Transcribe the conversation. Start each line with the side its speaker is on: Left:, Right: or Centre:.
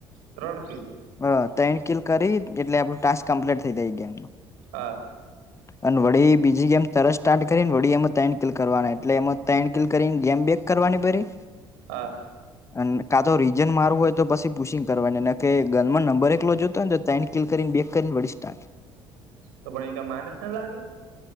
Right: ત્રણ ખીલ.
Left: અ તઈણ કીલ કરી એટલે આપડું ટાસ્ક કમ્પ્લીટ થઈ દઈ એ ગેમ માં.
Right: હા
Left: અને વડી બીજી ગેમ તરત સ્ટાર્ટ કરીને વડી એમાં તન કિલ કરવાના એટલે એમાં તન કિલ કરીને ગેમ બે કરવાની બરી
Right: હા
Left: અને કા તો રીજન મારું હોય તો પછી પુશિંગ કરવાની નને કે ગનમાં નંબર એક જોતો હો ને તો ત કિલ કરીને બે કરીને વડી સ્ટ
Right: તો પણ એકદ માઇનસ ના લાગે.